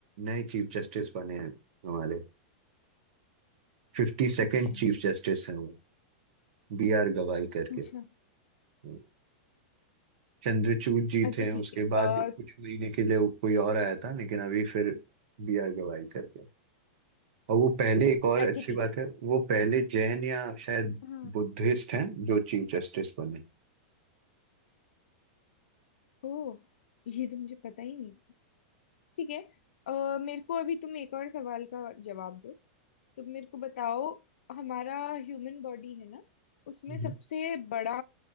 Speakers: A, on the right (about 60°); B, on the left (about 85°).
A: नए चीफ जस्टिस बने हैं हमारे फिफ्टी सेकेंड
B: अच्छा
A: चीफ जस्टिस हैं वो बी आर गवाई करके
B: अच्छा
A: हम्म। चंद्रचूड़ जी
B: अच्छा
A: थे
B: ठीक
A: उसके
B: है
A: बाद
B: अ,
A: कुछ महीने के लिए कोई और आया था लेकिन अभी फिर बी आर गवाई करके और वो पहले एक और
B: अच्छा
A: अच्छी
B: ठीक
A: बात
B: है
A: है वो पहले जैन या शायद
B: हाँ
A: बुद्धिस्ट हैं जो चीफ जस्टिस बने
B: ओ ये तो मुझे पता ही नहीं था। ठीक है अ, मेरे को अभी तुम एक और सवाल का जवाब दो तो मेरे को बताओ हमारा ह्यूमन बॉडी है ना उसमें
A: हम्म।
B: सबसे बड़ा